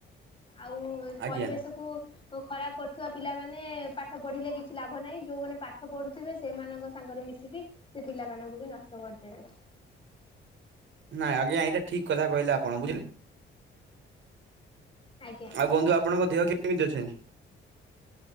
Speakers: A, on the left; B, on the right.
A: ଆଉ
B: ଆଜ୍ଞା
A: ପରିବେଶ କୁ ଓ ଖରାପ କରୁଥିବା ପିଲାମାନେ ପାଠ ପଢିଲେ କିଛି ଲାଭ ନାହିଁ ଯୋଉମାନେ ପା ପାଠ ପଢୁଥିବେ ସେମାନଙ୍କ ସାଙ୍ଗରେ ମିଶିକି ସେ ପିଲାମାନଙ୍କୁ ବି ନଷ୍ଟ କରିଦେବେ।
B: ନାଇଁ ଆଜ୍ଞା ଏଇଟା ଠିକ କହିଲ ଆପଣ ବୁଝିଲେ।
A: ଆଜ୍ଞା।
B: ଆଉ ବନ୍ଧୁ ଆପଣଙ୍କ ଦେହ କେମିତି ଅଛି?